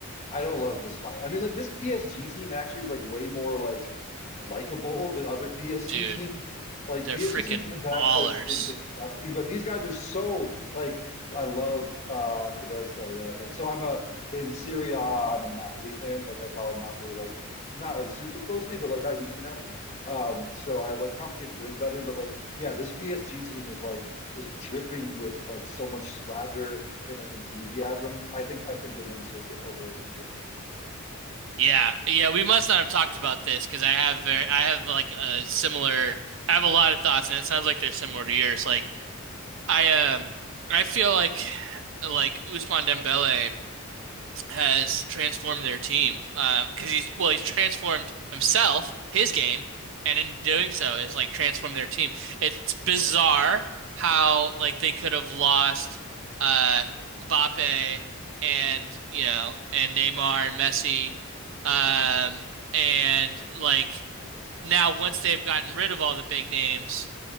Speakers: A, on the left (about 30°); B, on the right (about 60°).
A: I don't love this fire. I mean, like this PSG team actually is like way more like likable <laughs> than other PSG
B: Dude.
A: teams. Like
B: They're
A: PSG
B: freaking
A: teams in the past
B: ballers.
A: have been disgusting, but these guys are so like I love uh Kvaratskhelia. Like so I'm a in Serie A. am a Napoli fan. Like I follow Napoli like not like super closely, but like I root for Napoli. Um so I have like complicated feelings about him, but like yeah, this PSG team is like just dripping with like so much swagger and like enthusiasm. I think I think they're going to take it over Inter.
B: Yeah, yeah, we must not have talked about this because I have very, I have like a similar, I have a lot of thoughts, and it sounds like they're similar to yours. Like I um, I feel like like Ousmane Dembele. has transformed their team uh because he's well he's transformed himself his game and in doing so has like transformed their team it's bizarre how like they could have lost uh Mbappe and you know and Neymar and Messi um and like now once they've gotten rid of all the big names